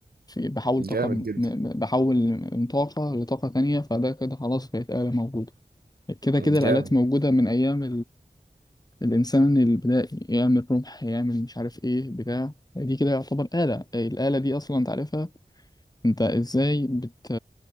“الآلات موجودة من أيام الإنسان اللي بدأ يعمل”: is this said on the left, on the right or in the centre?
Left